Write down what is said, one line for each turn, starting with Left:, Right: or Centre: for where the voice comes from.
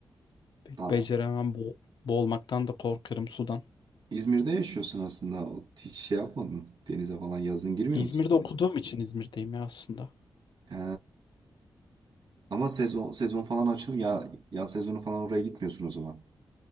Left: Pek
Right: Ta-
Left: beceremem bo Boğulmaktan da korkarım sudan.
Right: İzmir'de yaşıyorsun aslında. O- Hiç şey yapmadın mı? Denize falan yazın girmiyor
Left: İzmir'de
Right: musun?
Left: okuduğum için İzmir'deyim ya aslında.
Right: He. Ama sezon sezon falan açıl ya yaz sezonu falan oraya gitmiyorsun o zaman.